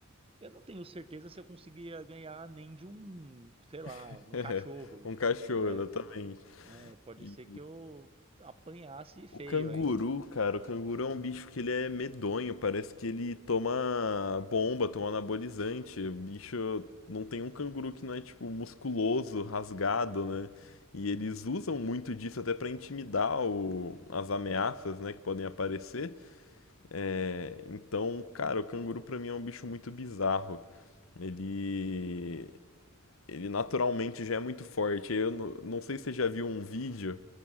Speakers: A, on the right (about 25°); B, on the left (about 80°).
A: eu não tenho certeza se eu conseguiria ganhar nem de um, sei lá,
B: <laughs>
A: um cachorro,
B: um cachorro,
A: né?
B: exatamente.
A: É, pode
B: E
A: ser que eu apanhasse feio
B: o canguru,
A: ainda.
B: cara, o canguru é um bicho que ele é medonho, parece que ele toma bomba, toma anabolizante. O bicho não tem um canguru que não é tipo musculoso, rasgado, né? E eles usam muito disso até pra intimidar o- as ameaças, né, que podem aparecer. É, então, cara, o canguru pra mim é um bicho muito bizarro. Ele, ele naturalmente já é muito forte. Eu n- não sei se você já viu um vídeo